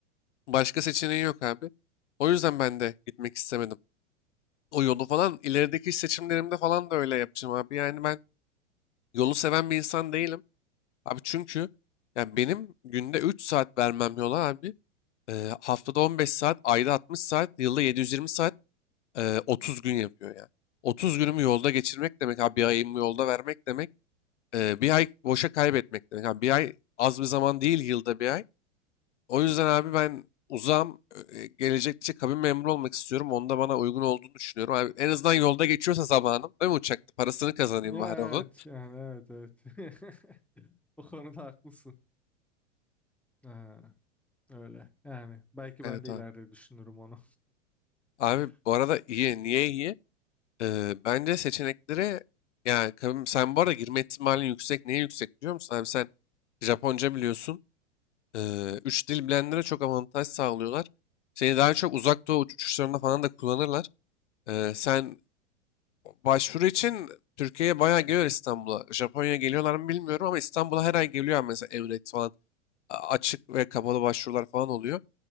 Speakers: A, on the left (about 75°); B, in the centre.
A: Başka seçeneği yok abi. O yüzden ben de gitmek istemedim. O yolu falan ilerideki iş seçimlerimde falan da öyle yapacağım abi. Yani ben yolu seven bir insan değilim. Abi çünkü yani benim günde 3 saat vermem yola abi. Ee, haftada 15 saat, ayda 60 saat, yılda yedi yüz yirmi saat Eee, 30 gün yapıyor yani. 30 günümü yolda geçirmek demek abi bir ayımı yolda vermek demek. eee, bir ay boşa kaybetmek demek. Abi bir ay az bir zaman değil yılda bir ay. O yüzden abi ben uzam eee, gelecekte kabin memuru olmak istiyorum. Onda bana uygun olduğunu düşünüyorum. Abi en azından yolda geçiyorsa zamanım değil mi uçakta? Parasını kazanayım
B: Ya,
A: bari onun.
B: Evet yani evet evet. <laughs> O konuda haklısın. Ha, öyle yani belki
A: Evet
B: ben de
A: abi.
B: ileride düşünürüm onu.
A: Abi
B: <laughs>
A: bu arada iyi. Niye iyi? Eee, bence seçenekleri yani kabin, sen bu arada girme ihtimalin yüksek. Niye yüksek biliyor musun? Abi sen Japonca biliyorsun. Eee, üç dil bilenlere çok avantaj sağlıyorlar. Seni daha çok uzak doğu uçuşlarında falan da kullanırlar. Eee, sen başvuru için Türkiye'ye bayağı geliyor İstanbul'a. Japonya'ya geliyorlar mı bilmiyorum ama İstanbul'a her ay geliyor mesela Emirates falan. A- Açık ve kapalı başvurular falan oluyor.